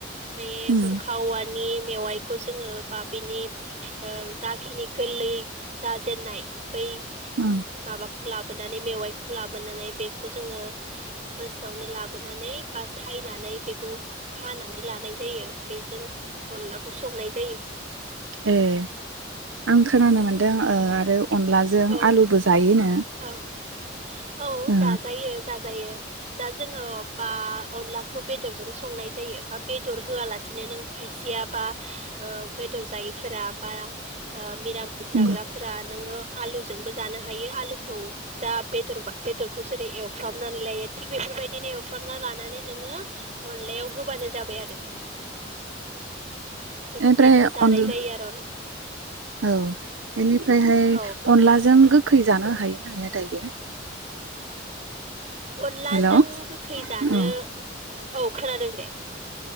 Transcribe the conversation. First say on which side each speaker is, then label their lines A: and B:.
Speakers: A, on the right (about 35°); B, on the right (about 80°).
A: बे
B: उम
A: बुरखा औवानि मेवाइखौ जोङो बा बिनि ओ जाखिनि गोरलै जाजेननाय बै
B: ओं
A: माबाख लाबोनानै मेवाइखौ लाबोनानै बेखौ जोङो फार्स्टआवनो लाबोनानै बा सायनानै बेखौ हानानै लानाय जायो। बेजों अनलाखौ संनाय जायो।
B: एह आं खोनानो मोनदों ओ आरो अनलाजों
A: औ
B: आलुबो जायोनो?
A: औ औ
B: ओ
A: जाजायो जाजायो। दा जोङो बा अनलाखौ बेदरजों संनाय जायो बा बेदर होआलासिनो नों खायसेया बा ओ बेदर जायैफोरा बा ओ मिरामिस जाग्राफोरा
B: उम
A: नोङो आलुजोंबो जानो हायो आलुखौ जा बेदरबा बेदरखौ जेरै एवफ्रामनानै लायो थिग बेफोरबायदिनो एवफ्रामना लानानै नोङो अनलायाव होबानो जाबाय आरो बेफोरबायदिबो
B: एनिफ्राय
A: जानाय
B: अनला
A: जायो आरो अन-
B: औ एनिफ्रायहाय
A: औ
B: अनलाजों गोखै जानो हायो ना हाया दायो?
A: अनलाजों
B: हेल' औ
A: गोखै जानो
B: उम
A: औ खोनादों दे